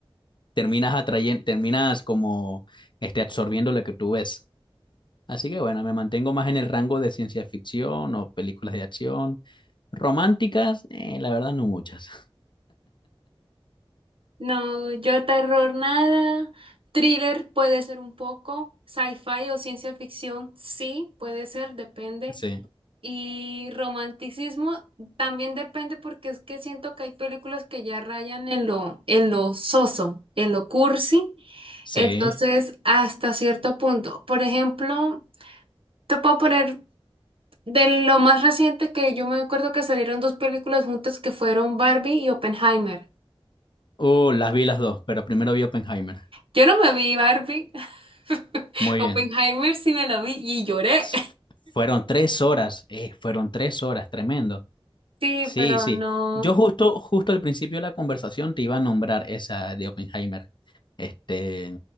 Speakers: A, on the left (about 55°); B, on the right (about 65°).
A: terminas atrayen- terminas como este, absorbiendo lo que tú ves. Así que bueno, me mantengo más en el rango de ciencia ficción o películas de acción. Románticas, eh, la verdad no muchas. <laughs>
B: No, yo terror nada. Thriller puede ser un poco. Sci-fi o ciencia ficción, sí, puede ser, depende.
A: Sí,
B: Y romanticismo también depende porque es que siento que hay películas que ya rayan en lo, en lo soso, en lo cursi.
A: sí.
B: Entonces, hasta cierto punto. Por ejemplo, te puedo poner de lo más reciente que yo me acuerdo que salieron dos películas juntas que fueron Barbie y Oppenheimer.
A: Uh, las vi las dos, pero primero vi Oppenheimer.
B: Yo no me vi Barbie. <laughs>
A: Muy
B: Oppenheimer
A: bien.
B: sí me la vi y lloré.
A: S- Fueron tres horas, eh, fueron tres horas, tremendo.
B: Sí,
A: Sí,
B: pero
A: sí.
B: no.
A: Yo justo, justo al principio de la conversación te iba a nombrar esa de Oppenheimer. Este,